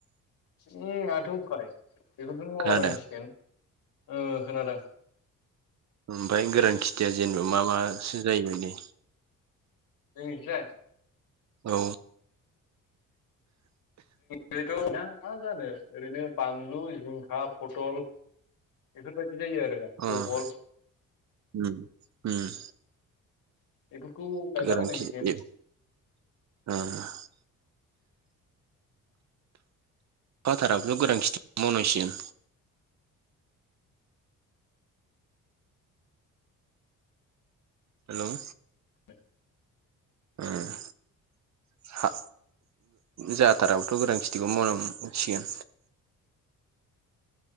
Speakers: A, on the left; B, on the right.
A: उम माथ' उफाय बेफोरखौनो मावलाबायनांसिगोन
B: खोनादों
A: ओ खोनादों
B: ओमफाय गोरान खेथिया जेनेबा मा मा सो जायो बायदि
A: जोंनिखिजाय
B: औ
A: <unintelligible> ना मा जानो ओरैनो बानलु जिंखा फथल बेफोरबायदि जायो आरो
B: उम
A: बहल
B: उम उम
A: बेफोरखौ
B: <unintelligible>
A: गायलाबायनांसिगोन
B: अखा हाथाराबाथ' गोरान खिथिखोनो मावनांसिगोन हेलौ
A: <inaudible>
B: <unintelligible> हा जाथाराबोथ' गोरान खेथिखौनो मावनांसिगोन